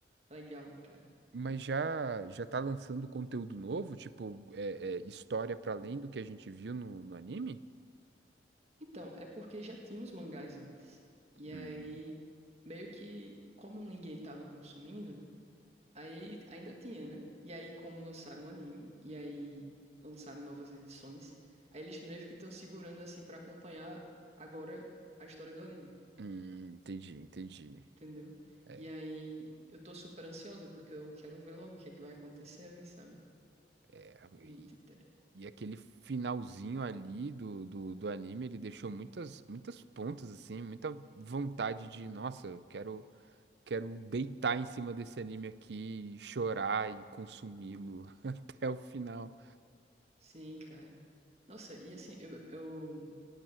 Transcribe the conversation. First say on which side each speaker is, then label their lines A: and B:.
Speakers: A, on the right; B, on the right.
A: legal, cara.
B: Mas já já tá lançando conteúdo novo, tipo é, é, história para além do que a gente viu no, no anime?
A: Então, é porque já tinha os mangás antes. E
B: Hum,
A: aí, meio que, como ninguém tava consumindo, aí ainda tinha, né? E aí, como lançaram o anime, e aí lançaram novas edições, aí eles meio que estão segurando assim pra acompanhar agora a história do anime.
B: hum, entendi, entendi.
A: Entendeu?
B: É,
A: E aí, eu tô super ansiosa, porque eu quero ver logo o que é que vai acontecer ali, sabe?
B: é, e,
A: Muito interessante.
B: e aquele finalzinho ali do, do, do anime, ele deixou muitas muitas pontas assim, muita vontade de, nossa, eu quero quero deitar em cima desse anime aqui, e chorar e consumi-lo <laughs> até o final.
A: Sim, cara. Nossa, e assim, eu, eu,